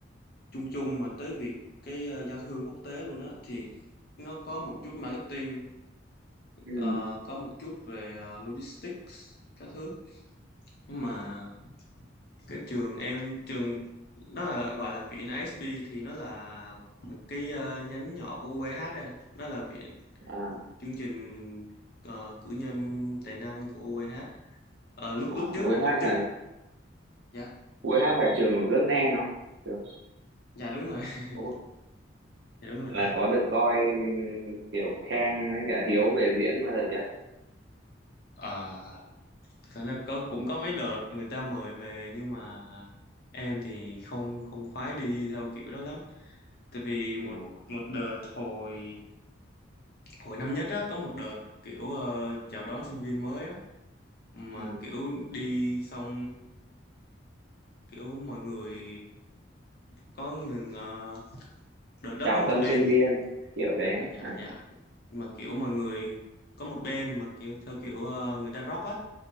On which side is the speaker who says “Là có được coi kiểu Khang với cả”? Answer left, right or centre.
Right